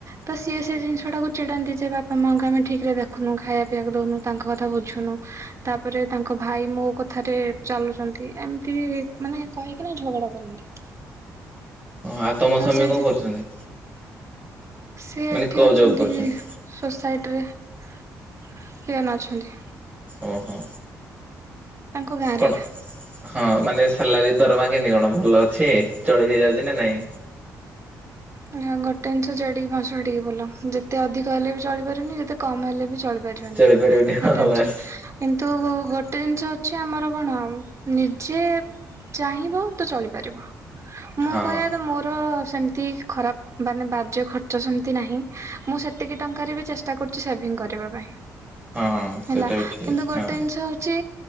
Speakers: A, on the right; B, on the right.
A: ତ ସିଏ ସେ ଜିନିଷ ଟାକୁ ଚିଡାନ୍ତି ଯେ ବାପା ମାଆଙ୍କୁ ଆମେ ଠିକ ରେ ଦେଖୁନୁ ଖାଇବା ପିଇବାକୁ ଦଉନୁ ତାଙ୍କ କଥା ବୁଝୁନୁ ତାପରେ ତାଙ୍କ ତାଙ୍କ ଭାଇ ମୋ କଥାରେ ଚାଲୁଛନ୍ତି ଏମତି ମାନେ କହିକିନା ଝଗଡା କରନ୍ତି
B: ହ ଆଉ ତମ
A: ତ
B: ସ୍ବାମୀ
A: ସେ
B: କଣ
A: ଯେ
B: କରୁଛନ୍ତି
A: ସିଏ
B: ମାନେ
A: ଏଇଠି
B: କୋଉ
A: ଅଛନ୍ତି
B: ଜବ୍ କରୁଛନ୍ତି
A: ସୋସାଇଟିରେ ପିଅନ ଅଛନ୍ତି
B: ଓହୋ
A: ତାଙ୍କ ଗାଁରେ
B: କଣ
A: ଏକା
B: ହଁ ମାନେ ସାଲାରୀ ଦରମା କେମିତି କଣ ଭଲ ଅଛି ଚଳି ହେଇଯାଉଛି ନା ନାଇଁ
A: ହୁଁ ଗୋଟେ ଜିଷ ଜଡିକି ମାସଡିକି ଭଲ ଯେତେ ଅଧିକ ହେଲେ ବି ଚଳିପାରୁନି ଯେତେ କମ ହେଲେ ବି ଚଳିପାରୁ
B: ଚଳିପାରିବନି ହଁ
A: କିନ୍ତୁ
B: ବାସ୍
A: ଗୋଟେ ଜିନିଷ ଚି ଆମର କଣ ନିଜେ ଚାହିଁବ ତ ଚଳିପାରିବ ମୁଁ
B: ହଁ
A: କହିବା କଥା ମୋର ସେମିତି ଖରାପ ମାନେ ବାଜେ ଖର୍ଚ୍ଚ ସେମିତି ନାହିଁ ମୁଁ ସେତିକି ଟଙ୍କାରେ ବି ଚେଷ୍ଟା କରୁଛି ସେଭିଙ୍ଗ କରିବା ପାଇଁ
B: ହଁ ସେଇଟା
A: ହେଲା
B: ବି ଠିକ୍
A: କିନ୍ତୁ ଗୋଟେ
B: ହଁ
A: ଜିନିଷ ହଉଛି